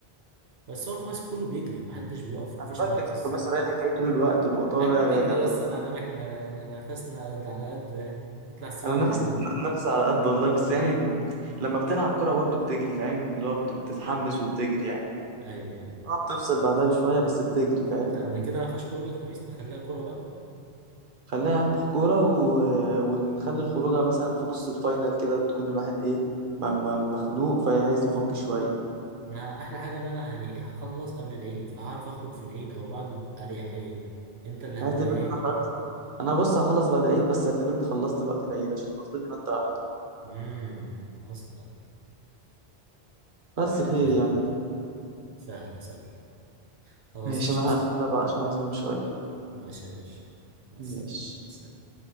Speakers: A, on the right; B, on the right.
A: بس هو الخماسي كله بيجري محدش بيقف مفيش
B: انا بجري
A: مركز
B: في الخماسي رايح جاي طول الوقت ببقى طالع
A: عم تجري
B: راجع طالع
A: بس انا
B: راجع
A: النبي احنا إن نفسنا قد- على قده يعني تطلع السلم
B: انا نفس
A: تنهك
B: نفس على قد والله بس يعني ب- لما بتلعب كرة برضو بتجري فاهم اللي هو بت- بتتحمس وبتجري يعني
A: ايوه ايوه
B: اه بتفصل بعدها بشويه بس بتجري فاهم
A: يعني كده ما فيهاش خروجه خميس نخليها كوره بقى
B: خليها اهم في كوره و... ونخلي الخروجه مثلا في نص الفاينل كده تكون الواحد ايه م... م... مخنوق فعايز يفك شويه
A: انا احلى حاجه ان انا يعني هخلص قبل العيد فهعرف اخرج في العيد او بعده باريحيه انت اللي هتبقى
B: اعتبرني
A: ايه
B: انا خرجت معاك انا بص هخلص بعد العيد بس اعتبرني خلصت وقت العيد عشان هيبقى فاضل لي ماده واحده
A: امم اصلا
B: بس
A: فهمت
B: خير
A: فهمت
B: يعني
A: سهله سهله خلاص
B: ماشي
A: قشطه
B: انا هقفل انا بقى عشان عايز انام شويه
A: ماشي يا باشا مع السلامه
B: ماشي
A: سلام.